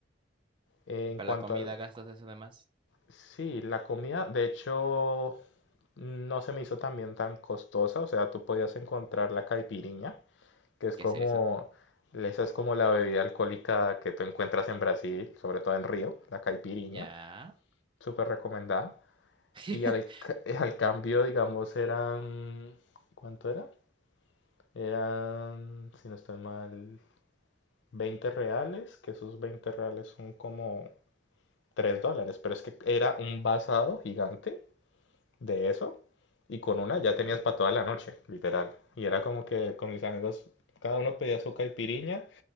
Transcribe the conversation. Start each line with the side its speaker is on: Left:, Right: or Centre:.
Left: En
Right: Y Para
Left: cuanto
Right: la comida
Left: al,
Right: gastas eso de más.
Left: sí, la comida, de hecho, no se me hizo también tan costosa, o sea, tú podías encontrar la caipiriña, que es
Right: ¿Qué
Left: como,
Right: es eso?
Left: esa es como la bebida alcohólica que tú encuentras en Brasil, sobre todo en Río, la caipiriña,
Right: Ya.
Left: súper recomendada.
Right: <laughs>
Left: Y al, ca- <laughs> al cambio, digamos, eran, ¿cuánto era? Eran, si no estoy mal, 20 reales, que esos 20 reales son como 3 dólares, pero es que era un basado gigante de eso y con una ya
Right: Ujú.
Left: tenías para toda la noche, literal. Y era como que con mis amigos cada uno pedía su caipiriña